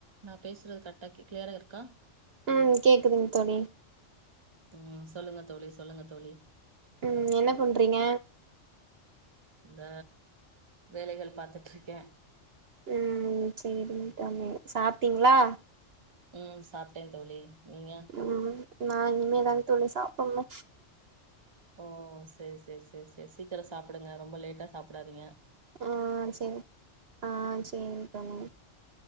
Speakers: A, on the right (about 25°); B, on the right (about 55°).
A: நா பேசுறது கரெக்டா கிளியராா இருக்கா
B: உம் கேக்குதுங்க தோழி
A: உம் சொல்லுங்க தோழி சொல்லுங்க தோழி
B: உம் என்ன பண்றீங்க
A: இந்த வேலைகள் பாத்துட்டு இருக்கே
B: உம் செரி தாமெ சாப்ட்டீங்களா
A: உம் சாப்பிட்டே தோழி நீங்க
B: ம் நா இனிமே தா தோழி சாப்பனு
A: ஓ சேரி சேரி சேரி செ சீக்கிரம் சாப்பிடுங்க ரொம்ப லேட்டா சாப் ப்ட்ராதீங்க
B: ஆஹ் சேரி ஆஹ் சேரிங் தோழன்